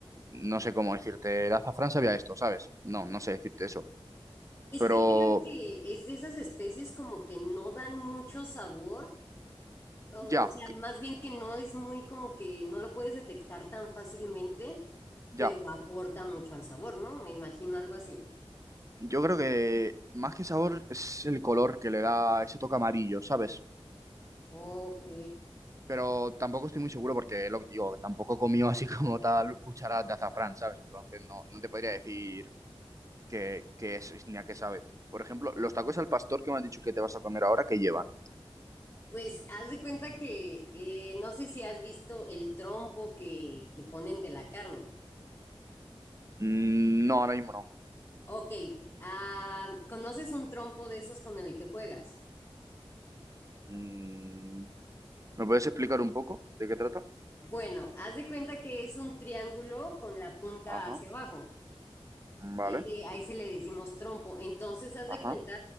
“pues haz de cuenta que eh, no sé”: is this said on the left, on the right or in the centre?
Left